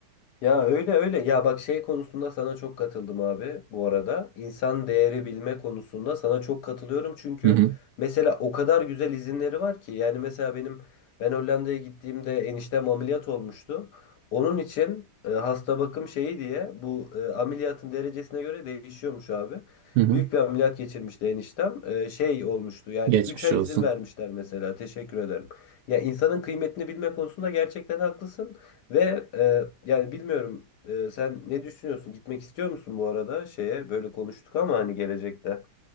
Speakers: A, on the left (about 75°); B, on the right (about 80°).
A: Ya öyle öyle. Ya bak şey konusunda sana çok katıldım abi bu arada. İnsan değeri bilme konusunda sana çok katılıyorum. Çünkü
B: Hı hı,
A: mesela o kadar güzel izinleri var ki. Yani mesela benim ben Hollanda'ya gittiğimde eniştem ameliyat olmuştu. Onun için e, hasta bakım şeyi diye bu e, ameliyatın derecesine göre değişiyormuş abi.
B: hı hı.
A: Büyük bir ameliyat geçirmişti eniştem. E, şey olmuştu yani
B: Geçmiş
A: 3 ay
B: olsun.
A: izin vermişler mesela. Teşekkür ederim. Ya insanın kıymetini bilme konusunda gerçekten haklısın. Ve e, yani bilmiyorum e, sen ne düşünüyorsun? Gitmek istiyor musun bu arada şeye? Böyle konuştuk ama hani gelecekte.